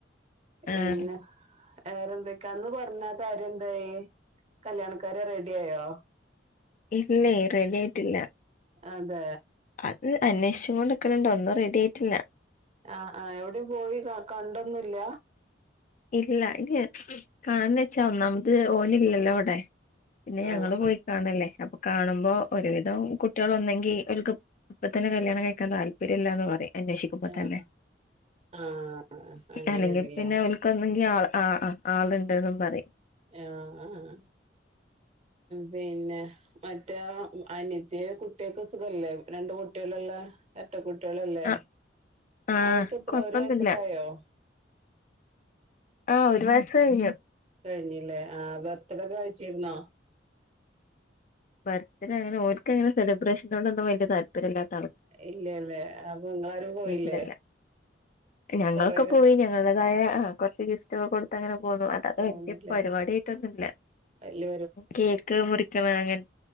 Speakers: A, on the right (about 35°); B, on the left (about 45°).
A: പിന്ന
B: ആഹ്
A: വേറെന്തക്കാ അന്ന് പറഞ്ഞ കാര്യം എന്തായി കല്യാണക്കാരെ റെഡി ആയോ
B: ഇല്ലേ റെടിയായിറ്റില്ല
A: അതെ
B: അത് അന്വേഷിച്ചം കൊണ്ട്ക്കണണ്ടോ ഒന്നും റെഡി ആയിട്ടില്ല
A: ആ ആ എവിടെ പോയി കണ്ടൊന്നില്ല
B: ഇല്ല ഇത് കാണന്ന് വെച്ച നമത് ഓന ഇല്ലല്ലോ വിടെ പിന്നെ ഞങ്ങള്ൾ
A: ആഹ്
B: പോയി കാണല്ലേ അപ്പൊ കാണുമ്പോ ഒരുവിധം കു കുട്ടികളൊന്നെങ്കിൽ ഓല്ക് ഇപ്പം തന്നെ കല്യാണം കഴിക്കാൻ താല്ര്യമില്ലാന്ന് പറയും അന്വേഷിക്കുമ്പോ
A: ആഹ്
B: തന്നെ
A: ആഹ് അങ്ങനെയാണല്ലേ
B: അല്ലെങ്കിൽ പിന്നെ <unintelligible> ആ ആ ആളുണ്ട്ന്ന് പറയും
A: ആഹ് പിന്നെ മറ്റേ അനത്തി കുട്ടികൾക്ക് സുഖല്ലേ രണ്ട് കുട്ടികള എ എരറ്റ കുട്ടികളല്ലേ
B: ആ ആ
A: അവർക്ക് എത്ര
B: കൊഴപ്പൊന്നില്ല
A: ഒരു വയസ്സൊക്കെ ആയോ
B: ആ ഒരു വയസ് കയിഞ്ഞു
A: കഴിഞ്ഞില്ലേ ആ ബെർത്ഡേയ് കഴിച്ചിരുന്നോ
B: ബർത്ത് ഡേ അങ്ങനെ ഓൽക്ക് അങ്ങനെ സെലിബ്രേഷന കൊണ്ടൊന്നും വല താല്പര്യമല്ല
A: ഇല്ലല്ലേ അപ്പൊ നിങ്ങളാരും പോയില്ലേ
B: ഇല്ലല്ല ഞങ്ങളൊക്കെ
A: കൊറെക്കെ
B: പോയി ഞങ്ങളേതായ കുറച്ച് ഗിഫ്റ്റ്ൊക്കെ കൊടുത്തങ്ങനെ പോന്നുന്നു അതാതോ
A: പോന്നില്ലേ
B: എന്റെ ഇപ്പ പരിപാടിയായിട്ടൊന്നുമില്ല
A: വല്യ
B: കേക്ക് മുറിക്കണ അങ്ങനെ